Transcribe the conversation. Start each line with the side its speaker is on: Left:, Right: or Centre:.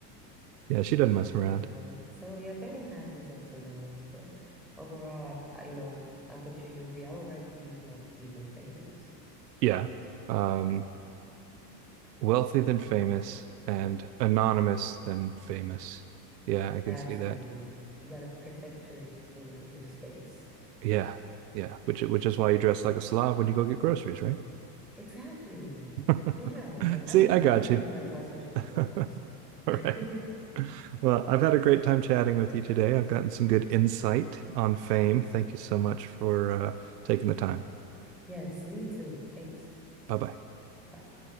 Right: Yeah, she doesn't
Centre: So
Right: mess around.
Centre: yeah. So yeah, fame has its ups and downs, but overall, I, I, you know, I'm pretty sure you agree. I would rather be wealthy than famous.
Right: Yeah. Um, Wealthy than famous and anonymous than famous. Yeah, I can
Centre: Absolutely.
Right: see that.
Centre: You got to protect your, you know, your space.
Right: Yeah. Yeah, which which is why you dress like a slob when you go get groceries, right?
Centre: Exactly.
Right: <laughs>
Centre: Yeah, like
Right: See,
Centre: I look
Right: I
Centre: nothing
Right: got you.
Centre: like my social
Right: <laughs>
Centre: media
Right: All
Centre: accounts. <laughs>
Right: right. Well, I've had a great time chatting with you today. I've gotten some good insight on fame. Thank you so much for uh, taking the time.
Centre: Yes, me too. Thanks.
Right: Bye bye.
Centre: Bye.